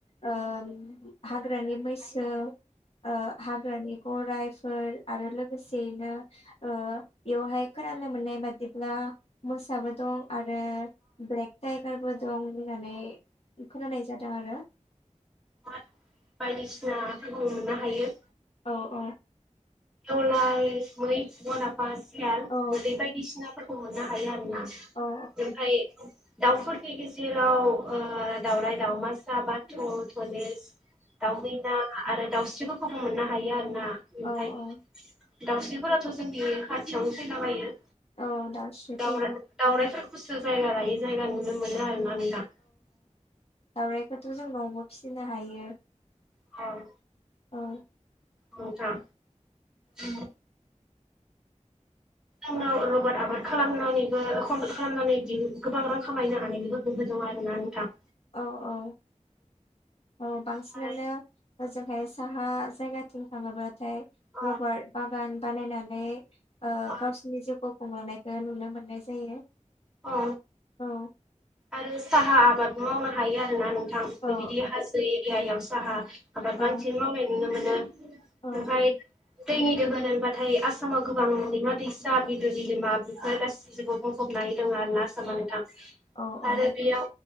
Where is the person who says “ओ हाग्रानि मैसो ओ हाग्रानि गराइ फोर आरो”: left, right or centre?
Left